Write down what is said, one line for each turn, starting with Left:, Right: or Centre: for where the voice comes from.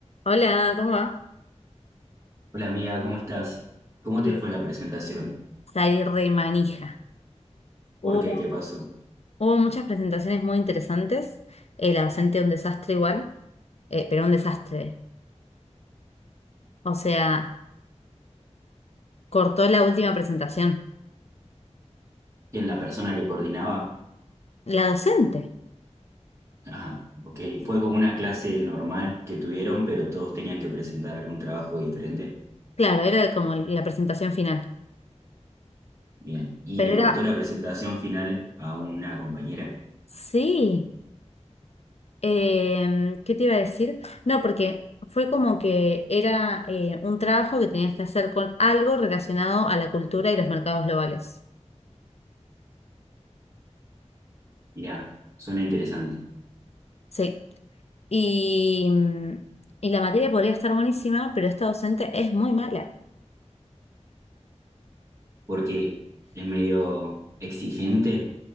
Left: Hola, ¿cómo va?
Right: Hola amiga, ¿cómo estás? ¿Cómo
Left: Eh,
Right: te fue la presentación?
Left: salí re manija. Hubo,
Right: ¿Por qué? ¿Qué pasó?
Left: hubo muchas presentaciones muy interesantes. Eh, la docente un desastre igual, eh, pero un desastre. O sea, cortó la última presentación.
Right: ¿Quién la persona que coordinaba?
Left: La docente.
Right: Ajá, ok. Fue como una clase normal que tuvieron, pero todos tenían que presentar algún trabajo diferente.
Left: Claro, era como la presentación final.
Right: Bien. Y
Left: Pero
Right: le cortó
Left: era,
Right: la presentación final a una compañera.
Left: sí. eh, ¿qué te iba a decir? No, porque fue como que era eh, un trabajo que tenías que hacer con algo relacionado a la cultura y los mercados globales.
Right: Mirá, suena interesante.
Left: Sí. Y, mm, y la materia podría estar buenísima, pero esta docente es muy mala.
Right: ¿Por qué? ¿Es medio exigente